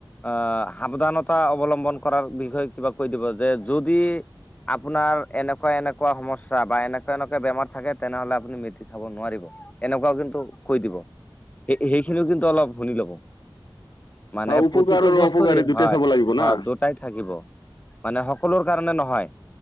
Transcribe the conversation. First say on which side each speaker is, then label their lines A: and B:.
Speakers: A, on the left; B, on the left.
A: আহ সাৱধানতা অৱলম্বন কৰাৰ বিষয়ে কিবা কৈ দিব যে যদি আপোনাৰ এনেকুৱা এনেকুৱা সমস্যা বা এনেকুৱা এনেকুৱা বেমাৰ থাকে তেনেহ'লে আপুনি মেথি খাব নোৱাৰিব। এনেকুৱাও কিন্তু কৈ দিব চে সেইখিনিও কিন্তু অলপ শুনি ল'ব। মানে
B: অ উপকাৰ
A: প্ৰতিটো
B: আৰু
A: বস্তুৰে
B: অপকাৰী দুটাই
A: হয়
B: চাব লাগিব
A: হয়
B: না
A: দুটাই থাকিব। মানে সকলোৰ কাৰণে নহয়।